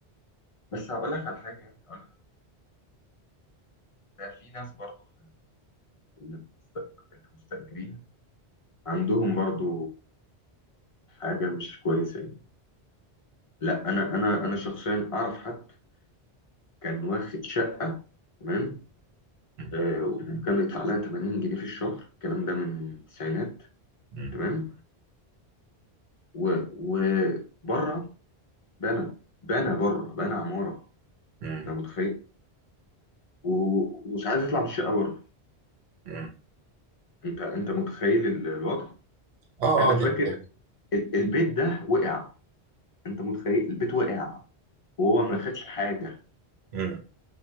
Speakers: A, on the left (about 50°); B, on the right (about 75°).
A: بس هقول لك على حاجه يعني هقول لك ده في ناس برضو في اللي مست- اللي مستأجرين عندهم برضو حاجه مش كويسه يعني لا انا انا انا شخصيا اعرف حد كان واخد شقه تمام
B: مم.
A: آه، وكان بيدفع لها 80 جنيه في الشهر الكلام ده من التسعينات
B: مم.
A: تمام و وبره بنى بنى بره بنى عمارة
B: مم.
A: انت متخيل و- ومش عايز يطلع من الشقة بره
B: مم.
A: انت انت متخيل ال- الوضع
B: اه
A: انا
B: اه
A: فاكر
B: دي حاجة.
A: ال- البيت ده وقع انت متخيل البيت وقع وهو ما خدش حاجة
B: مم.